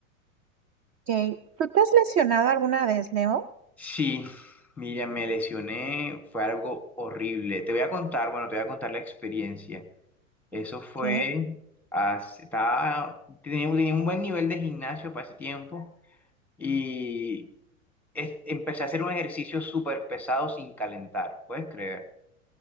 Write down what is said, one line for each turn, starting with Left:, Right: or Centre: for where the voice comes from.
Right: ok. ¿Tú te has lesionado alguna vez, Leo?
Centre: Sí, mira, me lesioné, fue algo horrible. Te voy a contar, bueno, te voy a contar la experiencia. Eso fue,
Right: Ok,
Centre: hace- estaba, tenía, tenía un buen nivel de gimnasio para ese tiempo y es- empecé a hacer un ejercicio súper pesado sin calentar, puedes creer.